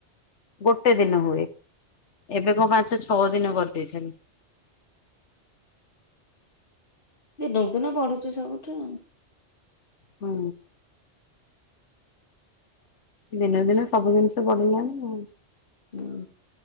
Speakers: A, on the left; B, on the left.
A: ଗୋଟେ ଦିନ ହୁଏ ଏବେ କଣ ପାଞ୍ଚ ଛଅ ଦିନ କରିଦେଇଛନ୍ତି।
B: ଦିନକୁ ଦିନ ବଢୁଛି ସବୁଠି।
A: ହୁଁ। ଦିନ ଦିନ ସବୁ ଜିନିଷ ପଢିଲାଣି ଆ
B: ହୁଁ।